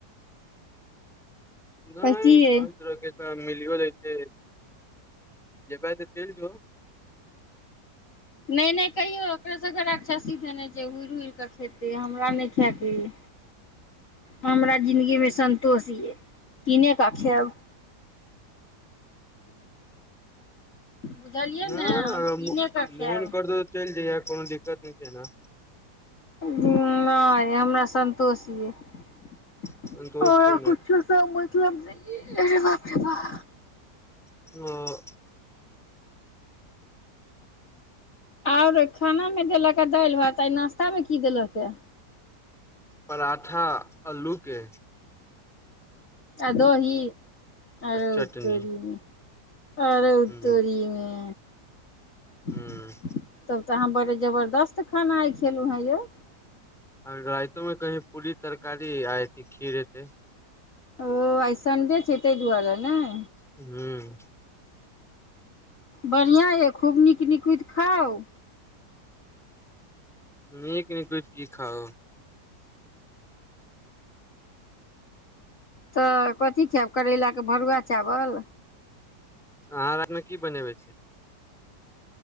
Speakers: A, in the centre; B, on the left.
A: नहि
B: कहितियै
A: कहैत रहै एतय मिलियो लेते जेबै तऽ चलि जो
B: नहि नहि कहियो ओकरा सबकऽ राक्षसी धैने छै। हूड़ हूड़ कऽ खेतै हमरा नय खेकत इ हमरा जिन्दगी मे संन्तोष ये किनेक खैब बुझलियै
A: नाऽ
B: ने हम
A: अगर
B: कीने कऽ खायब
A: मोन करतौ तऽ चैल जइहे कोनो दिक्कत नय छै एना
B: उम नय हमरा सन्तोष यए हमरा
A: ने दोस्त छौ
B: किछु सऽ मतलब नै छै अरे बाप रे बाप
A: <unintelligible>
B: ओर खाना मे देलक हैं दालि भात नाश्ता मे की देलक हें
A: परोठा अल्लू के
B: आ दोही आरोउ्तरी
A: आ चटनी
B: मे आ रो
A: ह
B: तोरीमे तब
A: ह
B: तऽ अहाँ बड़े जबरदस्त खाना आय खेलुं हें यौ
A: ओर राइतो में कहीं पूरी तरकारी आ एथी खीर हेते
B: ओ आइ संडे छै ताय दुआरे नय
A: हूँ
B: बढ़ियां यऽ खूब नीक नीकुइत खाउ
A: नीक नीकुइत की खाउ
B: तऽ कथी खायब करैला के भरुआ चावल
A: अहाँ रातमे की बनेबे छी